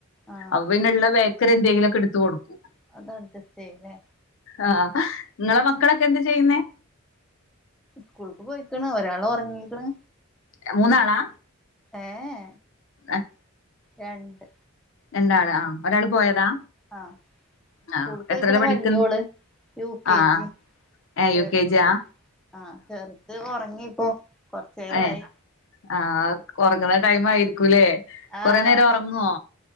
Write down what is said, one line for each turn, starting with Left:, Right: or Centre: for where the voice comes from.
Centre: ആഹ്
Left: അപ്പൊപിന്നെള്ള ബേക്കറി എന്തെങ്കിലൊക്കെ എടുത്ത് കൊടുക്കും
Centre: അത് അഡ്ജസ്റ്റെയുല്ലേ
Left: ആഹ് അഹ് ഇങ്ങളെ മക്കളൊക്കെ എന്താ ചെയ്യുന്നേ
Centre: സ്കൂൾക്ക് പോയിക്ക്ണ് ഒരാളൊറങ്ങീക്ക്ണ്
Left: ആഹ് മൂന്നാളാ
Centre: ഏഹ്
Left: ആഹ്
Centre: രണ്ട്
Left: രണ്ടാള് ആഹാ ഒരാള് പോയതാ
Centre: ആഹ് സ്കൂൾ
Left: ആഹ്
Centre: പോയിക്കണ
Left: എത്രയിലാ പഠിക്കുന്ന്
Centre: വലിയോള് യു കെ
Left: ആഹ്
Centre: ജി
Left: ഏഹ്
Centre: ചെറിയത്
Left: യു കെ ജി യാ
Centre: ആഹ് ചെറുത് ഒറങ്ങിപ്പോ കൊറച്ചു നേരായി
Left: ഏഹ് ആഹ് ഒറങ്ങുന്ന ടൈം ആയിരിക്കൂല്ലേ കൊറേ
Centre: ആഹ്
Left: നേരം ഒറങ്ങുവോ